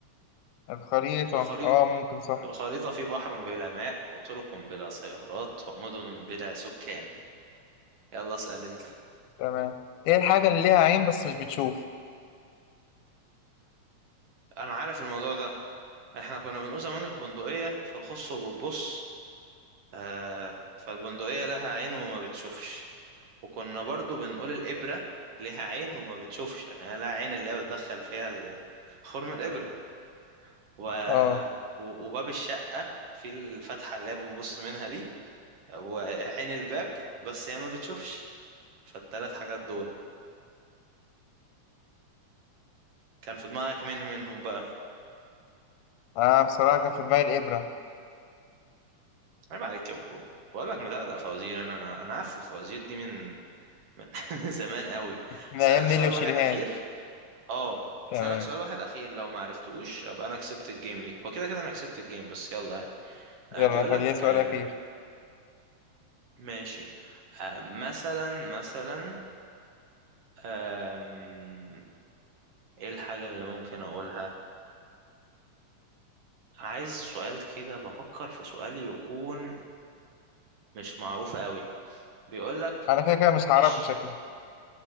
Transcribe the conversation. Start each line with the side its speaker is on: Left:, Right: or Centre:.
Left: الخريطة
Right: في الخريطة
Left: أه ممكن صح
Right: في الخريطة في بحر بلا ماء وطرق بلا سيارات ومدن بلا سكان يلا اسأل انت
Left: تمام إيه الحاجة اللي ليها عين بس مش بتشوف
Right: انا عارف الموضوع ده احنا كنا بنقول زمان البندقية فالخص وبتبص آه فالبندقية لها عين وما بتشوفش وكنا برضو بنقول الإبرة لها عين وما بتشوفش عشان هي لها عين اللي هي بتدخل فيها ال- خرم الإبرة و...
Left: أه
Right: و- وباب الشقة في الفتحة اللي هي بنبص منها دي وعين الباب بس هي ما بتشوفش فالتلات حاجات دول كان في دماغك مين منهم بقى
Left: أه بصراحة كان في دماغي الإبرة
Right: عيب عليك يا برو بقول لك مدقدق فوازير انا انا انا عارف الفوازير دي من من <laughs> من زمان قوي
Left: من
Right: هسألك
Left: أيام نيلي
Right: سؤال
Left: وشريهان
Right: واحد اخير اه
Left: تمام
Right: هسألك سؤال واحد اخير لو ما عرفتوش ابقى انا كسبت الجيم دي هو كده كده انا كسبت الجيم بس يلا يعني
Left: يلا
Right: آه بيقول
Left: خليها
Right: لك
Left: سؤال
Right: آه
Left: أخير
Right: ماشي آه مثلا مثلا آم، ايه الحاجة اللي ممكن اقولها عايز سؤال كده بفكر في سؤال يكون مش معروف قوي بيقول لك
Left: أنا كده كده مش هعرف
Right: ايش
Left: بشكل